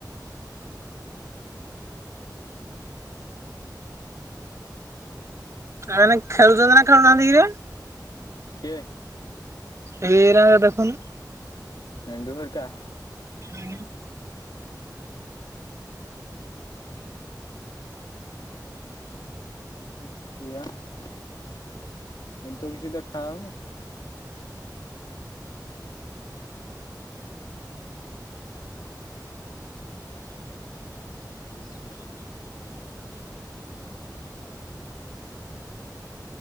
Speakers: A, on the right (about 40°); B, on the left (about 80°).
A: ଏମାନେ ଖେଳୁଛନ୍ତି ନା ଖେଳୁନାହାନ୍ତି କିରେ
B: କିଏ
A: ଏରା ଦେଖୁନୁ
B: ଭେଣ୍ଡୁ ଘେରକା
A: ହୁଁ
B: ଦେଖିଆ ଏମିତି କିଛି ଦେଖା ହଉନି ହୁଁ